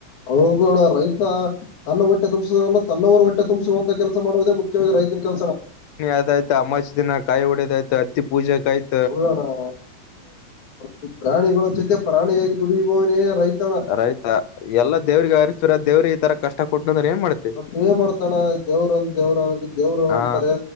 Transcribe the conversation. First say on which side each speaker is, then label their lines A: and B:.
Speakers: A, on the left; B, on the left.
A: ಹೌದ ಅಣ್ಣ ರೈತ ತನ್ನ ಹೊಟ್ಟೆ ತುಂಬಸುದಲ್ಲ ತನ್ನವರ ಒ ಹೊಟ್ಟೆ ತುಂಬಸುವಂತ ಕೆಲಸ ಮಾಡುವುದೇ ಮುಖ್ಯವಾಗಿ ರೈತನ ಕೆಲಸನ
B: ಆದ ಆಯ್ತ ಅಮಾಸಿ ದಿನ ಕಾಯಿ ಹೊಡೆದ್ ಆಯ್ತ ಅತ್ತಿ ಪೂಜೆಕಾಯ್ತು.
A: ಹು ಅಣ್ಣ ಪ್ರಾಣಿಗಳ ಜೊತೆ ಪ್ರಾಣಿಯಾಗಿ ದುಡಿಯುವವನೇ ರೈತಣ
B: ಆಯ್ತ ಎಲ್ಲ ದೇವ್ರಿಗೆ ಹರಿಸತರ ದೇವ್ರ ಈ ತರ ಕಷ್ಟ ಕೊಟ್ಟನ್ ಅಂದ್ರೆ ಏನ್ ಮಾಡ್ತೀರಾ
A: ಬಟ್ ಏನ್ ಮಾಡ್ತಾನ ದೇವ್ರಂದ ದೇವ್ರನ್ ದೇವ್ರು
B: ಹಾ
A: ಅಂತಾರೆ.